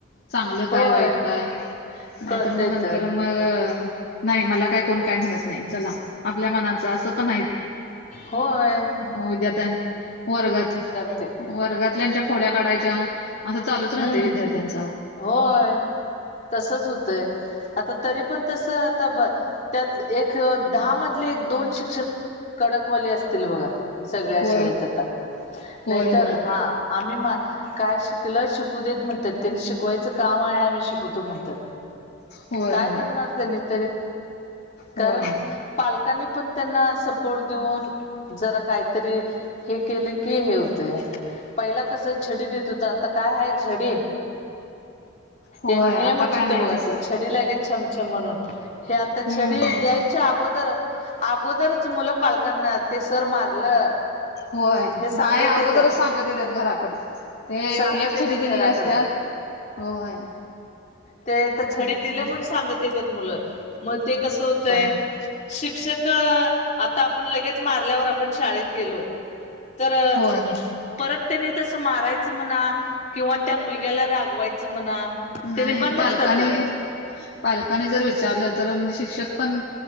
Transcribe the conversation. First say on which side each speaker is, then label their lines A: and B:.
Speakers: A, on the left; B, on the left.
A: चांगलं
B: होय
A: काय वाईट काय नाहीतर
B: कळतय
A: मग नंतर.
B: तर
A: मग नाही मला काही कोण काय म्हणत नाही चला. आपल्या मनाच असं पण आहेत
B: होय
A: विद्यार्थ्यां वर्गात.
B: ते.
A: वर्गातल्याच्या खोड्या काढायच्या असं चालूच राहते
B: हम्म
A: विद्यार्थ्यांचा.
B: होय तसच होतंय आता तरी पण तस आता ब त्यात. एक दहा मधले एक दोन शिक्षक कडकवाली असतील बघा. सगळ्या
A: होय
B: शाळेत यात
A: होय
B: नाहीतर
A: होय
B: हा आम्ही मा काय शिक. तला शिकू देत म्हणतात त्यांनी शिकवायचं काम आहे आम्ही शिकवतो म्हणतात.
A: होय
B: काय
A: होय होय
B: करणार त्यांनी तरी कारण
A: होय
B: पालक. पण त्यांना सपोर्ट देऊन जरा काहीतरी. हे केले की हे होते पहिला कस छडी देत होत. झडी
A: होय
B: एक नेमच
A: आता काय
B: होत
A: नाही
B: बघा
A: तसं
B: त्या. छडी लाग मछम म्हणून हे आता
A: हम्म
B: छडी
A: हम्म
B: द्यायच्या अगोदर अगोर. तररच मुलं पालकांना ते सर मारलं.
A: होय
B: हे सांगत
A: नाही अगोदरच
B: येतात
A: सांगत येतत घराकडे. ते
B: सांगत
A: एक
B: येतात
A: छडी दिलेली
B: घराकडं
A: असत होय.
B: ते तर छडीत
A: होय
B: दिलं म्हण सांगत येतत मुलं मग ते कसं होतय.
A: होय
B: शिक्षक आता आपण लगेच मारल्यावर आपण शाळेत गेलो. तर
A: होय
B: परत त्यानी तस मारायचं. म्हणा किंवा त्या मुलग्याला रागवायचं म्हणा. त्यानी
A: नाही
B: बंदच
A: पालकानी
B: करतात
A: पालकानी जर विचारलं तर म्हणजे शिक्षक पण.